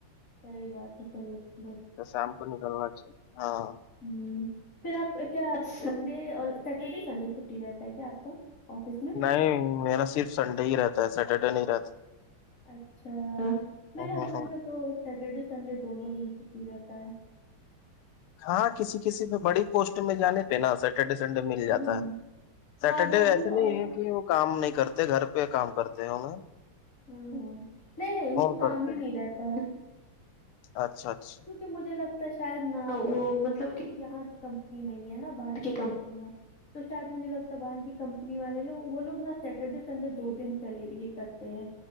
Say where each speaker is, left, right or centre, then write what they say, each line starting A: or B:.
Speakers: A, on the left (about 35°); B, on the left (about 85°).
A: صحی بات ہے صحیحات
B: تو شام کو نکل مارچ ہاں
A: ہوں پھر آپ کیا سنڈے اور سٹرڈے سنڈے چھٹی رہتا ہے کیا آپ کا آفس میں
B: نہیں میرا صرف سنڈے ہی رہتا ہے سیٹرڈے نہیں رہتا
A: اچھا میرے
B: ہ
A: ہسبینڈ
B: ہاں
A: کا تو سیٹرڈے سنڈے دونوں دن چھٹی رہتا ہے
B: ہاں کسی کسی میں بڑی پوسٹ میں جانے پہ نا سر سٹرڈے سنڈے مل
A: ہوں
B: جاتا
A: ہوں
B: ہے سیٹرڈے
A: ہاں وہ بھی
B: ایسے نہیں
A: اور
B: ہے کہ کام نہیں کرتے گھر پہ کام کرتے ہیں انیں
A: ہوں ہوں نہیں نہیں ان تو
B: کرتے
A: کام ہی نہیں
B: ہیں
A: رہتا ہے
B: اچھا اچھا
A: کی مجھے لگتا ہے شاید نہ وہ مطلب کہ یہاں کی کمپنی نہیں ہے نا باہر کی کمپنی ہے تو شاید مجھے لگتا باہر کی کمپنی والے لو وہ لوگ نا سیٹرڈے سنڈے دو دنلے یہ کرتے ہیں